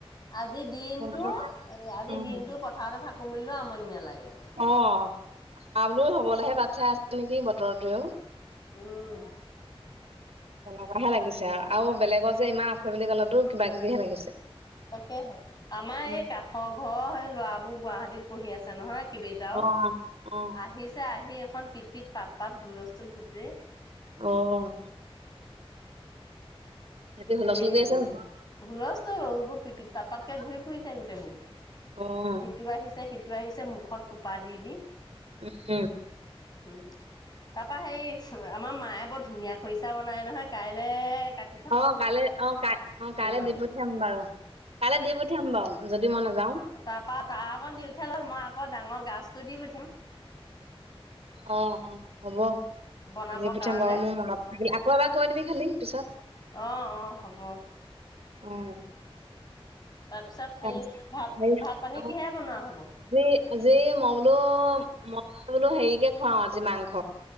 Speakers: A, on the left; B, on the right.
A: আজি দিনটো
B: কিন্তু
A: আজি
B: উম
A: দিনটো পথাৰতে থাকো বুলিলেও আমনি নালাগে।
B: অ' <unintelligible> বাট চাই আছে নেকি বতৰটোৱেও।
A: উম।
B: তেনেকুৱাহে লাগিছে আৰু। আৰু বেলেগৰ যে ইমান আছে বুলি ক'লেতো কিবা কিবিহে লাগিছে।
A: তাকেহে, আমাৰ
B: উম
A: এই কাষৰ ঘৰৰ সেই ল'ৰাবোৰ গুৱাহাটীত পঢ়ি আছে নহয় কিবে টাও
B: অ অ
A: আহিছে আহি এখন পিত, পিত পাত, পাত হুলস্থূল গোটেই।
B: অ'। ৰাতি হুলস্থুল
A: হেৰি
B: কৰি আছে নেকি?
A: হুলস্থূল এবোৰ পিত, পিত পাত, পাতকে ঘূৰি ফুৰিছে গোটেইবোৰ।
B: অ',
A: ইটো আহিছে সিটো আহিছে মুখত সোপা দি, দি।
B: উম।
A: <inaudible> তাৰপা সেই আমাৰ মায়ে বৰ ধুনীয়া খৰিচা বনাই নহয় কাইলৈ কাট
B: অ', কাইলে অ', কা অ' কাইলে
A: মাওতো
B: দি পঠিয়াম বাৰু, কাইলে দি পঠিয়াম বাৰু যদি মই নাযাওঁ।
A: তাৰপা তাৰ অকণ দি পঠিয়ালে হ'ল মই আকৌ ডাঙৰ গাজটো দি পঠিয়াম।
B: অ', অ', হ'ব
A: বনাবৰ
B: দি পঠিয়াম
A: কাৰণে
B: বাৰু মোৰ মনত থাকিলে, আকৌ এবাৰ কৈ দিবি খালি পিছত।
A: অ', অ', হ'ব।
B: অ'।
A: তাৰপিছত সেই
B: তাৰপিছত
A: ভাত,
B: হেৰি
A: ভাত পানী
B: অ',
A: কিহে বনোৱা হ'ব।
B: আজি, আজি মই বোলো মই বোলো হেৰিকে খোৱাওঁ আজি মাংস।